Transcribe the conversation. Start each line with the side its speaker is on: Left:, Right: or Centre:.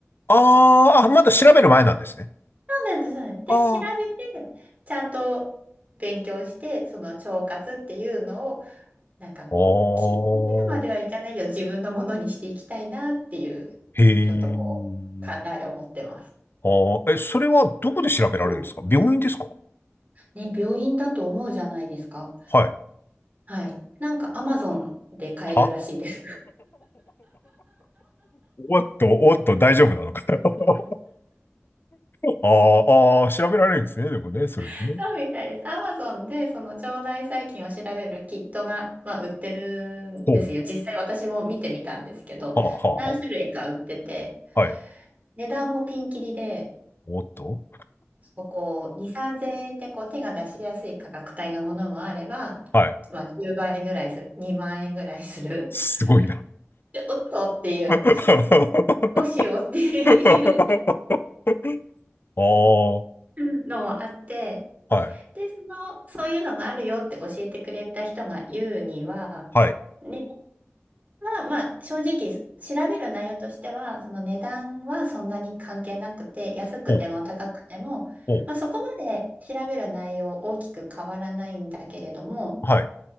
Left: あーあ、まだ調べる前なんですね。
Right: そうなんです、そうなんです。
Left: ああ。
Right: で、調べて、ちゃんと勉強して、その腸活っていうのを、なんかこう、
Left: ああ、
Right: 気がめるまではいかないけど、自分のものにしていきたいなっていう、
Left: へえ。
Right: ちょっとこう、考えを持ってます。
Left: ああ、え、それはどこで調べられるんですか病院ですか
Right: うんね、病院だと思うじゃないですか。
Left: はい。
Right: はい。なんかアマゾンで買えるらしいです。
Left: はおっと、おっと、大丈夫なのか。<laughs> ああ、ああ、調べられるんですね。でもね、それでね。
Right: <laughs> そうみたいです。アマゾンでその腸内細菌を調べるキットが、まあ、売ってるんですよ。
Left: ほう。
Right: 実際私も見てみたんですけど、
Left: はあ、はあ、
Right: 何種類か売ってて、
Left: はあ。はい。
Right: 値段もピンキリで、
Left: おっと。
Right: もうこう、2、3000円でこう手が出しやすい価格帯のものもあれば、
Left: はい。
Right: まあ、10倍ぐらいする、2万円ぐらいする、
Left: すごいな。
Right: <laughs> ちょっとっていう、
Left: <laughs>
Right: ちょっとどうしようっていう
Left: <laughs> ああ、
Right: のもあって、
Left: はい、
Right: で、その、そういうのがあるよって教えてくれた人が言うには、
Left: はい。
Right: 値段は、まあ、正直、調べる内容としては、その値段はそんなに関係なくて、安くても高くても、
Left: お、お、
Right: まあ、そこまで調べる内容大きく変わらないんだけれども、
Left: はい。